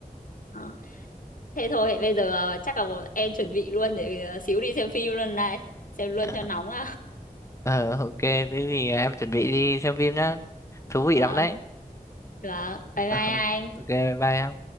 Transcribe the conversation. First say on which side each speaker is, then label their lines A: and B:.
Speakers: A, on the left (about 65°); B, on the left (about 20°).
A: Ờ. Thế thôi, bây giờ ờ, chắc là em chuẩn bị luôn để ờ, xíu đi xem phim luôn này, xem luôn
B: <laughs>
A: cho nóng à.
B: ờ ok thế thì em chuẩn bị đi xem phim nhá thú vị
A: Và,
B: lắm đấy
A: và
B: <laughs>
A: bye bye
B: Ờ,
A: anh.
B: ok bye bye em